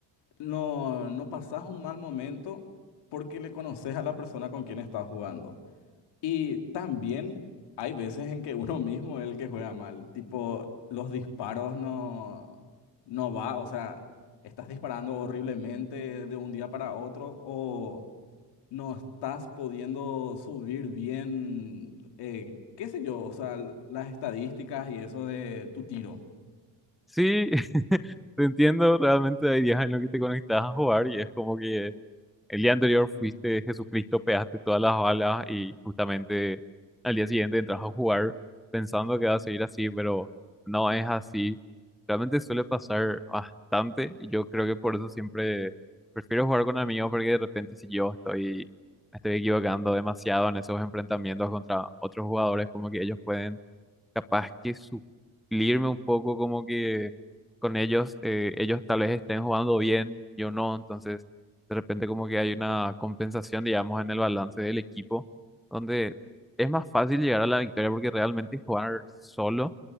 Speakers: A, on the left; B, in the centre.
A: no, no pasás un mal momento porque le conoces a la persona con quien estás jugando. Y también hay veces en que uno <laughs> mismo es el que juega mal, tipo los disparos no, no va, o sea, estás disparando horriblemente de un día para otro o no estás pudiendo subir bien, eh, qué sé yo, o sea, l- las estadísticas y eso de tu tiro.
B: Sí, <laughs> te entiendo, realmente hay días en los que te conectas a jugar y es como que El día anterior fuiste Jesucristo, pegaste todas las balas y justamente al día siguiente entras a jugar pensando que va a seguir así, pero no es así. Realmente suele pasar bastante y yo creo que por eso siempre prefiero jugar con amigos porque de repente si yo estoy, me estoy equivocando demasiado en esos enfrentamientos contra otros jugadores, como que ellos pueden capaz que suplirme un poco como que con ellos, eh, ellos tal vez estén jugando bien, yo no, entonces de repente como que hay una compensación, digamos, en el balance del equipo, donde es más fácil llegar a la victoria porque realmente jugar solo,